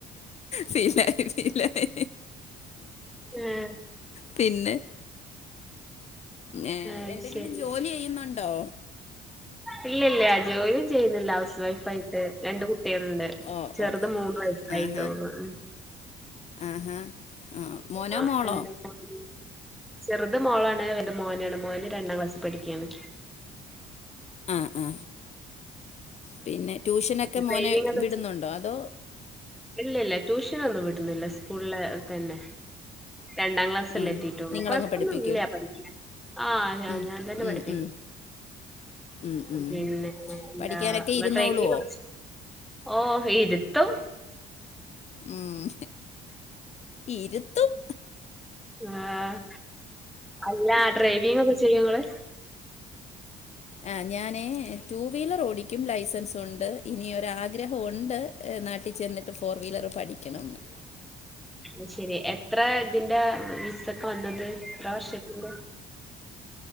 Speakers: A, on the left; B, in the centre.
A: ഫീലായി ഫീലായി.
B: ആഹ്
A: പിന്നെ ഏഹ്,
B: അത്
A: എന്തെങ്കിലും
B: ശരി.
A: ജോലി ചെയ്യുന്നുണ്ടോ?
B: ഇല്ലില്ല ജോലി ചെയ്യുന്നില്ല. ഹൗസ് വൈഫ് ആയിട്ട് രണ്ട് കുട്ട്യേൾണ്ട്
A: ഓ
B: ചെറുത്
A: ഓ
B: മൂന്ന് വയസ്സായിട്ടോള്ളൂ
A: ആഹാ
B: ഉം
A: ആഹാ! ആ
B: <unintelligible>
A: മോനോ മോളോ
B: എങ്ങനെ <unintelligible> ചെറുത് മോളാണ് വൽത് മോനാണ് മോന് രണ്ടാം ക്ലാസ് പഠിക്ക്യാണ്.
A: ആ ആ പിന്നെ ട്യൂഷനൊക്കെ മോനെ
B: ട്രെയിനിങ്ങൊക്കെ
A: വിടുന്നുണ്ടോ? അതോ
B: ഇല്ല ഇല്ല ട്യൂഷനൊന്നും വിടുന്നില്ല. സ്കൂൾല് തന്നെ രണ്ടാം ക്ലാസ്സല്ലേ
A: ഉം.
B: എത്തിയിട്ടുള്ളൂ.
A: നിങ്ങളങ്ങ്
B: കൊഴപ്പൊന്നു
A: പഠിപ്പിക്കും
B: ഇല്ല പഠിക്കാൻ ആഹ് അ
A: ഉം,
B: ഞാൻ തന്നെ
A: ഉം,
B: പഠിപ്പിക്കും.
A: ഉം, ഉം, ഉം.
B: പിന്നേ എന്താ
A: പഠിക്കാനൊക്കെ
B: വ്
A: ഇരുന്നോളുവോ
B: <unintelligible> ഓഹ് ഇരുത്തും
A: ഉം, ഇരുത്തും.
B: ആഹ്, അല്ല ഡ്രൈവിംഗ് ഒക്കെ ചെയ്യോങ്ങള്?
A: ആഹ് ഞാനേ ടു വീലർ ഓടിക്കും. ലൈസൻസ് ഉണ്ട് ഇനി ഒര് ആഗ്രഹം ഉണ്ട് നാട്ടിൽ ചെന്നിട്ട് ട്ട് ഫോർ വീലർ പഠിക്കണം ന്ന്
B: അത് ശരി എത്ര ഇതിന്റെ വിസ ഒക്കെ വന്നത്? എത്ര വർഷത്തിന്റെ,